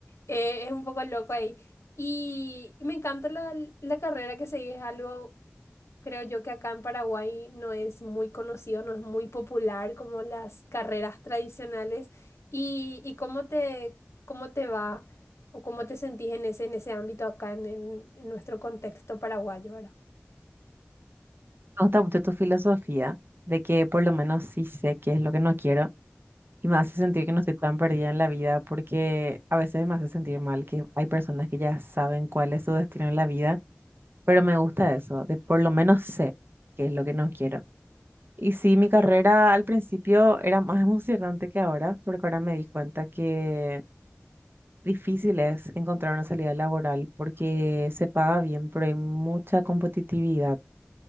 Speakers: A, on the left; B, on the right.
A: Eh, es un poco loco ahí. Y me encanta la, la carrera que seguís, es algo, creo yo que acá en Paraguay no es muy conocido, no es muy popular como las carreras tradicionales. ¿Y, y cómo te, cómo te va o cómo te sentís en ese, en ese ámbito acá en, en- en nuestro contexto paraguayo, ¿verdad?
B: Me gusta mucho tu filosofía de que por lo menos sí sé qué es lo que no quiero Y me hace sentir que no estoy tan perdida en la vida porque a veces me hace sentir mal que hay personas que ya saben cuál es su destino en la vida, pero me gusta eso, de por lo menos sé qué es lo que no quiero. Y sí, mi carrera al principio era más emocionante que ahora, porque ahora me di cuenta que difícil es encontrar una salida laboral porque se paga bien, pero hay mucha competitividad.